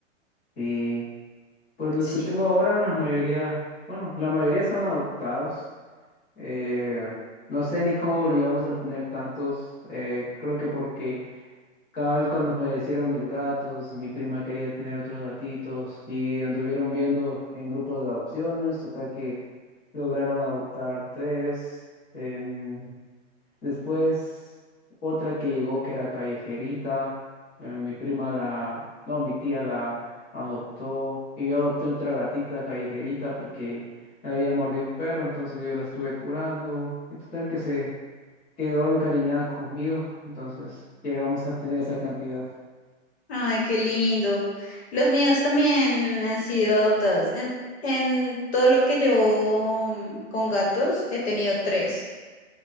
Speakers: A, on the left; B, on the left.
A: Y pues los
B: Sí.
A: que tengo ahora, la mayoría, bueno, la mayoría son adoptados. Eh, no sé ni cómo llegamos a tener tantos, eh, creo que porque... Cabal, cuando fallecieron mis gatos, mi prima quería tener otros gatitos y anduvieron viendo en grupos de adopciones, total que lograron adoptar tres. Em, después, otra que llegó que era callejerita, eh, mi prima la, no, mi tía la adoptó y yo adopté otra gatita callejerita porque la había mordido un perro, entonces yo la estuve curando y total que se quedó encariñada conmigo, entonces llegamos a tener esa cantidad.
B: Ay, qué lindo. Los míos también han sido adoptados. En, en todo lo que yo mm, con gatos he tenido tres,